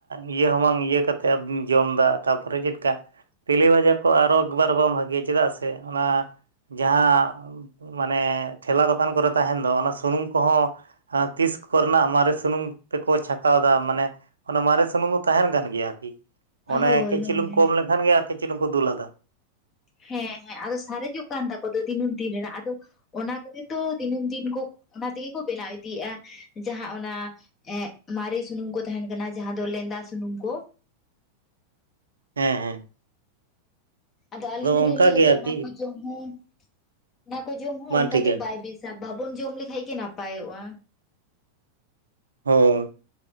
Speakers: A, on the right; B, on the left.
A: ᱤᱭᱟᱹ ᱦᱚᱸ ᱵᱟᱝ ᱤᱭᱟᱹ ᱠᱟᱛᱮᱫᱤᱱ ᱡᱚᱢᱫᱟ ᱛᱟᱨᱯᱚᱨᱮ ᱪᱮᱫ ᱞᱮᱠᱟ ᱛᱮᱞᱮ ᱵᱷᱟᱡᱟ ᱠᱚ ᱟᱨᱚ ᱮᱠᱵᱟᱨᱮ ᱵᱟᱝ ᱵᱷᱟᱹᱜᱮᱭᱟ ᱪᱮᱫᱟᱜ ᱥᱮ ᱚᱱᱟ ᱡᱟᱦᱟᱸ ᱢᱟᱱᱮ ᱴᱷᱮᱞᱟ ᱫᱚᱠᱟᱱ ᱠᱚᱨᱮ ᱛᱟᱦᱮᱱ ᱫᱚ ᱚᱱᱟ ᱥᱩᱱᱩᱢ ᱠᱚᱦᱚᱸ ᱟᱨ ᱛᱤᱥ ᱠᱚᱨᱮᱱᱟᱜ ᱢᱟᱨᱮ ᱥᱩᱱᱩᱢ ᱛᱮᱠᱚ ᱪᱷᱟᱠᱟᱣᱫᱟ ᱢᱟᱱᱮ ᱚᱱᱟᱮ ᱢᱟᱨᱮ ᱥᱩᱱᱩᱢ ᱦᱚᱸ ᱛᱟᱦᱮᱱ ᱠᱟᱱ ᱜᱮᱭᱟ ᱟᱨᱠᱤ
B: ᱦᱳᱭ
A: ᱚᱱᱮ ᱠᱟᱹᱡ
B: ᱦᱳᱭ
A: ᱪᱩᱞᱩᱝ ᱠᱚᱢ ᱞᱮᱠᱷᱟᱱ ᱜᱮ ᱟᱨ ᱠᱟᱹᱡ ᱠᱚ ᱫᱩᱞ ᱟᱫᱟ
B: ᱦᱮᱸ ᱦᱮᱸ ᱟᱫᱚ ᱥᱟᱨᱮᱡᱚᱜ ᱠᱟᱱ ᱛᱟᱠᱚ ᱫᱚ ᱫᱤᱱᱟᱹᱢ ᱫᱤᱱ ᱨᱮᱱᱟᱜ ᱟᱫᱚ ᱚᱱᱟ ᱠᱚᱜᱮ ᱛᱚ ᱫᱤᱱᱟᱹᱢ ᱫᱤᱱ ᱠᱚ ᱚᱱᱟ ᱛᱮᱜᱮ ᱠᱚ ᱵᱮᱱᱟᱣ ᱤᱫᱤᱭᱮᱫ-ᱟ ᱡᱟᱦᱟᱸ ᱚᱱᱟ ᱮᱜ ᱢᱟᱨᱮ ᱥᱩᱱᱩᱢ ᱠᱚ ᱛᱟᱦᱮᱱ ᱠᱟᱱᱟ ᱡᱟᱦᱟᱸ ᱫᱚ ᱞᱮᱸᱫᱟ ᱥᱩᱱᱩᱢ ᱠᱚ
A: ᱦᱮᱸ ᱦᱮᱸ
B: ᱟᱫᱚ ᱟᱹᱞᱤᱧ ᱫᱚ
A: ᱚᱱᱠᱟ
B: ᱞᱤᱧ ᱞᱟᱹᱭᱟ
A: ᱜᱮ
B: ᱡᱮ
A: ᱟᱨᱠᱤ
B: ᱚᱱᱟ ᱠᱚ ᱡᱚᱢ ᱦᱚᱸ ᱚᱱᱟ ᱠᱚ ᱡᱚᱢ ᱦᱚᱸ
A: ᱵᱟᱝ
B: ᱚᱱᱠᱟ
A: ᱴᱷᱤᱠᱟ
B: ᱫᱚ ᱵᱟᱭ ᱵᱤᱥ ᱥᱟ ᱵᱟᱵᱚᱱ ᱡᱚᱢ ᱞᱮᱠᱷᱟᱡ ᱜᱮ ᱱᱟᱯᱟᱭᱚᱜ-ᱟ
A: ᱦᱚᱸ